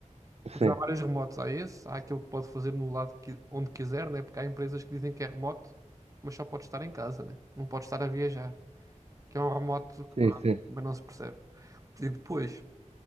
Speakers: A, on the right (about 55°); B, on the right (about 25°).
A: Sim,
B: Pois há vários remotos. Há esse, há aquele que pode fazer no lado que, onde quiser, né? Porque há empresas que dizem que é remoto, mas só pode estar em casa, né? Não pode estar a viajar. Que é um remoto que,
A: sim,
B: pronto,
A: sim.
B: mas não se percebe. E depois,